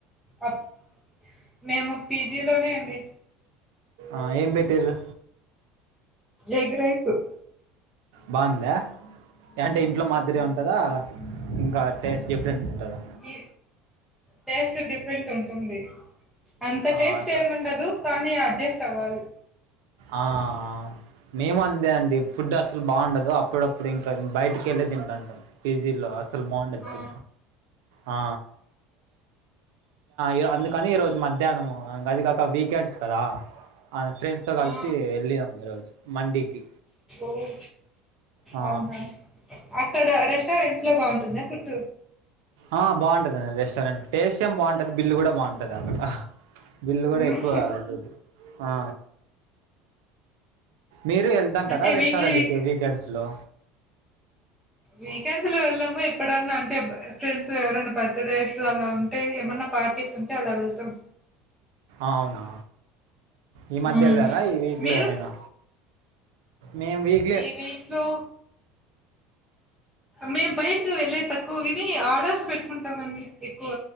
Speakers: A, in the centre; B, on the right.
A: అప్ మేము పీజీ లోనే అండి.
B: ఆ ఏం పెట్టిర్రు.
A: ఎగ్ రైసు
B: బాందా ఏంటి ఇంట్లో మాదిరిగా ఉంటాదా! ఇంకా టేస్ట్ డిఫరెంట్ ఉంటదా!
A: ఈ టేస్ట్ డిఫరెంట్ ఉంటుంది. అంత
B: ఆ
A: టెస్టేముండదు.
B: అంత
A: కనీ అడ్జస్ట్ అవ్వాలి.
B: ఆ... వ్ మేము అంతే అండి ఫుడ్ అసలు బావుండదు. అప్పుడప్పుడు ఇంకా బయటి కెళ్ళే తింటాంటమ్ పిజీ లో అసలు బావుండదు.
A: ఆ
B: ఆ య అందుకని ఈ రోజు మధ్యానము అది గాక వీకెండ్స్ కదా ఆ ఫ్రెండ్స్ ఫ్రెండ్స్ తో గలిసీ
A: ఆ ఆ
B: ఎల్లియమ్ ఈరోజు మండికీ
A: ఓ
B: ఆ
A: అవునా అక్కడ రెస్టారెంట్స్ లో బావుంటుందా! ఫుడ్
B: ఆ భావుంటఅది రెస్టారెంట్ టేస్టేఏం బావుంటది బిల్లు కూడా భావుంటదీ అక్కడ బిల్లు గూడ
A: మ్మ్.
B: ఎక్కువఐతది ఆ మీరు ఎల్తంటారా
A: అంటే
B: రెస్టారెంట్ల
A: వీక్లీ వీ
B: కి వీకెండ్స్ లో
A: వీకెండ్స్ లో ఎళ్ళము ఎప్పుడన్నా అంటే ఫ్రెండ్స్ ఎవరైనా బర్త్ డేస్ అలా ఉంటేనే ఏమన్నా పార్టీస్ ఉంటే అలా వెళ్తమ్
B: ఆవునా ఈ మధ్య
A: మ్మ్
B: ఎల్లార ఈ వీక్లో
A: మీరు
B: ఏమైనా మేం వీక్
A: ఈ వీక్లో మేం బయటకు వెళ్ళేది తక్కువ గని ఆడర్స్ పెట్టుకుంటామన్ని ఎక్కువ